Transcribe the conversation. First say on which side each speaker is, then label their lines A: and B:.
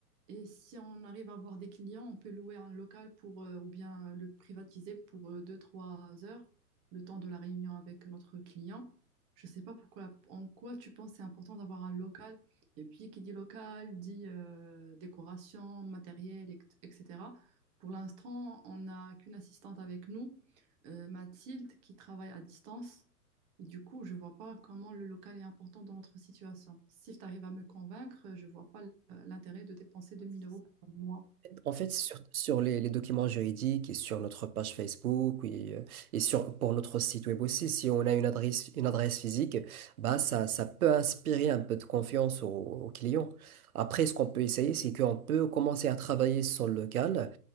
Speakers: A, on the right; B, on the right.
A: Et si on arrive à avoir des clients, on peut louer un local pour, euh, ou bien le privatiser pour deux-trois heures, le temps de la réunion avec notre client. Je sais pas pourquoi, en quoi tu penses c'est important d'avoir un local. Et puis, qui dit local, dit euh, décoration, matériel, et- etc. Pour l'instant, on n'a qu'une assistante avec nous, euh, Mathilde, qui travaille à distance. Et du coup, je ne vois pas comment le local est important dans notre situation. Si tu arrives à me convaincre, je ne vois pas l'intérêt de dépenser 2000 euros par mois.
B: En fait, sur, sur les, les documents juridiques et sur notre page Facebook oui, euh, et, sur, pour notre site web aussi, si on a une adresse, une adresse physique, bah, ça, ça peut inspirer un peu de confiance aux, aux clients. Après, ce qu'on peut essayer, c'est qu'on peut commencer à travailler sur le local